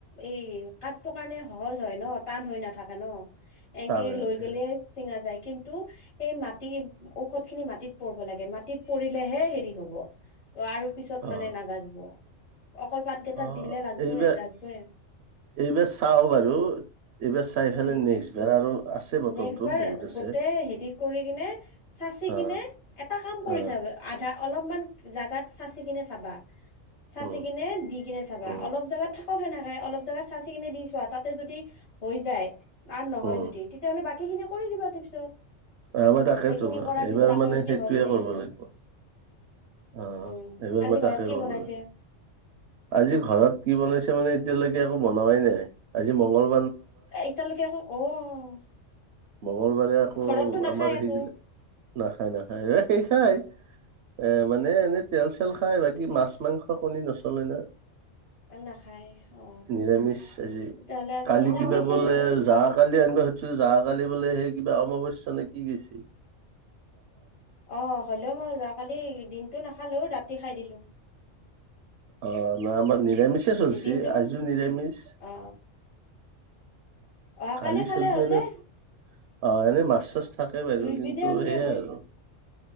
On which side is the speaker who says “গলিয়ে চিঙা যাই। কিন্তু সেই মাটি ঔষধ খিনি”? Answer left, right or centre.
Left